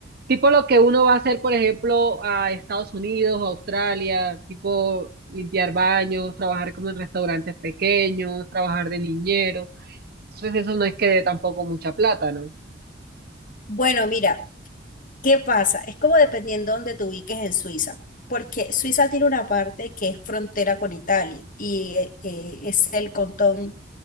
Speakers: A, on the right (about 55°); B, on the left (about 45°).
A: Tipo lo que uno va a hacer, por ejemplo, a Estados Unidos o Australia, tipo limpiar baños, trabajar como en restaurantes pequeños, trabajar de niñero. Entonces eso no es que dé tampoco mucha plata, ¿no?
B: Bueno, mira, ¿qué pasa? Es como dependiendo dónde te ubiques en Suiza, porque Suiza tiene una parte que es frontera con Italia y eh, eh, es el cantón